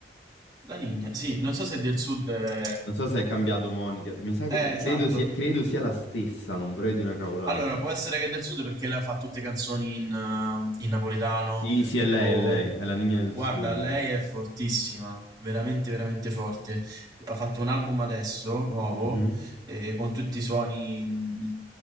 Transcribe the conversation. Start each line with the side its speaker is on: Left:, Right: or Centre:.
Right: La Nigna, sì, non so se è del sud... Eh,
Left: Non so se è cambiato Monica. Mi sa che
Right: eh, esatto.
Left: credo sia, credo sia la stessa, non vorrei di una cavolata.
Right: Allora, può essere che è del sud perché lei fa tutte canzoni in, eh, in napoletano
Left: Sì, sì, è lei,
Right: o...
Left: è lei, è la Ninja del
Right: Guarda,
Left: Sud.
Right: lei è fortissima, veramente, veramente forte. Ha fatto un album adesso, nuovo,
Left: Mhm.
Right: eh, con tutti i suoni mh,